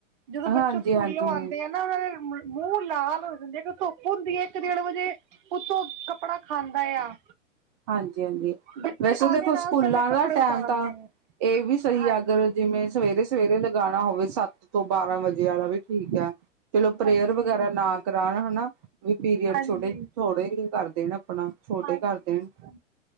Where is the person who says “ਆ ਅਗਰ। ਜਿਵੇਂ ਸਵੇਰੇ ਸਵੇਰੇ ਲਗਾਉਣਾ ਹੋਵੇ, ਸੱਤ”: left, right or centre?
Right